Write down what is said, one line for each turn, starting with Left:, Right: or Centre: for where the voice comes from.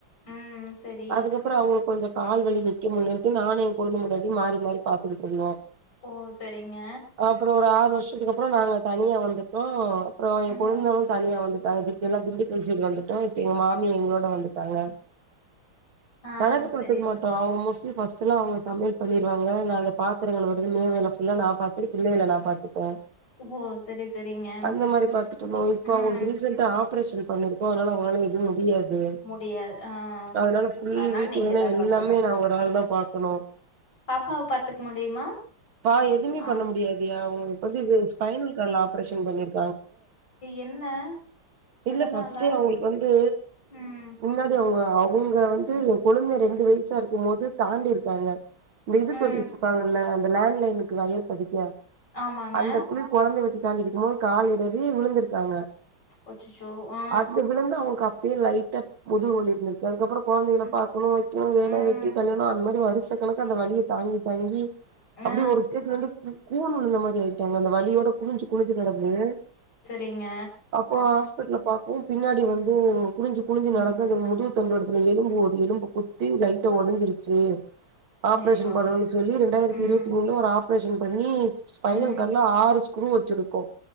Left: ம். சரி.
Right: அதுக்கப்பறோ அவங்களுக்கு கொஞ்சோ கால்வலி நிக்க முடியலண்ட்டு நானு எ கொழுந்த பொண்டாட்டியு மாறி மாறி பாத்துக்கிட்டுருந்தோ
Left: ஓ! சரிங்க.
Right: அப்பறோ ஒரு ஆறு வருஷத்துக்கப் பறோ நாங்க தனியா வந்துட்டோ அப்பறோ எ
Left: ம்.
Right: கொழந்தனு தனியா வந்துட்டாங்க திண்டு எல்லா திண்டுக்கல் சைடு வந்துட்டோ எங்க மாமி எங்களோட வந்துட்டாங்க
Left: ஆ
Right: கணக்கு பாத்துக்க
Left: சரி.
Right: மட்டோ அவங்க மோஸ்ட்லி ஃபர்ஸ் ட்லா அவங்க சமையல் பண்ணிருவாங்க நா அந்த பாத்திரங்கழுவுது மே வேல இல்ல நா பாத்து பிள்ளைகள நா பாத்துப்பே
Left: ஓ! சரி, சரிங்க.
Right: அந்த மாரி பாத்துட்டு
Left: அப்புறம்
Right: இருந்தோ இப்ப
Left: ம்.
Right: அவங்களுக்கு ரீசண்ட்டா ஆப்ரேஷன் பண்ணிருக் இப்ப அதனால அவங்களால எதும் முடியாது
Left: முடியாது ஆ
Right: அதனால ஃபுல்
Left: அதனால
Right: வீட்டு
Left: நீங்கதா
Right: வேல எல்லாமே
Left: பாக்கணு
Right: நா ஒரு ஆள் தான் பாக்கணும்
Left: பாப்பாவ பாத்துக்க முடியுமா
Right: பா எதுவுமே
Left: ஆ
Right: பண்ண முடியாதுயா அவுங்களுக்கு வந்து இது ஸ்பைனல் கார்ட்ல ஆப்ரேஷன் பண்ணிரு
Left: என்ன
Right: இல்ல
Left: எதனால
Right: ஃபர்ஸ்ட்டே அவுங்களுக்கு வந்து
Left: ம்
Right: முன்னாடி அவுங்க அவுங்க வந்து
Left: ம்
Right: கொழந்த ரெண்டு
Left: ம்
Right: வயசா இருக்கும் போது தாண்டி இருக்காங்க இந்த இது
Left: ம்
Right: தோண்டி வச்சிருப்பாங்கல்ல அந்த லேண்ட் லைனுக்கு வயர் பதிக்க
Left: ஆமாங்க
Right: அந்த புல் கொழந்தைய வச்சு தாண்டிட்ருக்கும்போது கால் இடறி விழுந்திருக்காங்க
Left: அச்சச்சோ ஆ
Right: அது விழுந்து அவங்களுக்கு அப்பயே லைட்டா முதுகு வலி இருந்துருக்கு அதுக்கப்றோ குழந்தைகள
Left: ம்
Right: பாக்கணும் வைக்கணும் வேல
Left: ம்
Right: வெட்டி கல்யாணம் அந்த மாதிரி வருசகனாக்கா அந்த வலிய தாங்கி தாங்கி அப்டியே
Left: ஆ
Right: ஒரு ஸ்டேஜ்ல வந்து கூண் விழுந்த மாதிரி ஆயிட்டாங்க அந்த வலியோட குனிஞ்சு குனிஞ்சு நடந்து
Left: நீங்க
Right: பாப்பாவ ஹாஸ்பிட்டல்ல பாப்போ பின்னாடி வந்து குனிஞ்சு குனிஞ்சு
Left: ம்
Right: நடந்து அந்த முதுகு தண்டுவடத்துல எலும்பு ஒரு எலும்பு குத்தி லைட்டா ஒடஞ்சிருச்சு ஆப்ரேஷன்
Left: ஐயயோ
Right: பண்ணனு சொல்லி ரெண்டாயிரத்தி
Left: ம்
Right: இருவத்தி ஒரு ஆப்ரேஷன் பண்ணி ஸ்பைனல்
Left: ம்
Right: கார்ட்ல ஆறு ஸ்க்ரூ வச்சிருக்கோம்